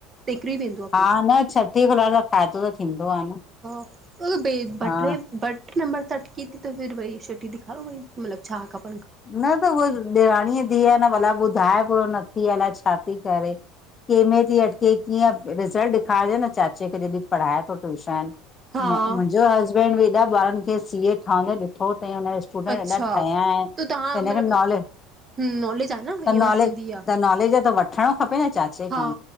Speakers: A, on the right; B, on the left.
A: तिकरी वेंदो आ।
B: हा! न छठी ख़ुलायण ला फ़ायदो त थींदो आ न।
A: हा त होत बे ब
B: हा
A: ट्रे बट नंबर त अटकी ती त पई भई फिर छठी दिखा वई मतलब छा खप
B: न त उअ ॾेराणीअ ई धीअ आ न मतलब बुधाए पुरो नथी अलाए छाती करे। के में ती अटके कीअं रिज़ल्ट दिख़ार जे न चाचे खे जॾहिं पढ़ाए थो ट्यूशन!
A: हा
B: मु मुन्ज़ो हसबैंड बि हेॾा बारन खे सी ए ठहंदे ॾिठो थई हून स्क बुधाए
A: अच्छा
B: ऐॾा ठयां आऐं।
A: त तव्हां
B: हिनखे
A: मतिलबु
B: नॉले
A: नॉलेज आहे न
B: त
A: ईअं
B: नॉलेज
A: थींदी आहे
B: त नॉलेज़ आ त वठ! वठणो ख़पे न चाचे
A: हा
B: खां।